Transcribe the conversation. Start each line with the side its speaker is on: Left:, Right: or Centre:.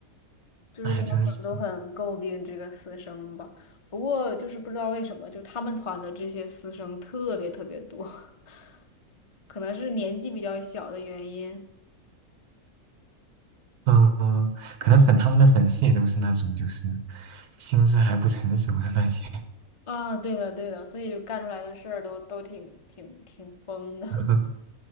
Left: 就是大家可能都很诟病这个私生吧。
Right: 那还真是，
Left: 不过就是不知道为什么，就他们团的这些私生特别特别多，<laughs> 可能是年纪比较小的原因。
Right: 嗯、呃，可能粉他们的粉丝也都是那种就是心智还不成熟的那些。
Left: 啊，对的对的，所以就干出来的事儿都都挺挺挺疯的，
Right: <laughs>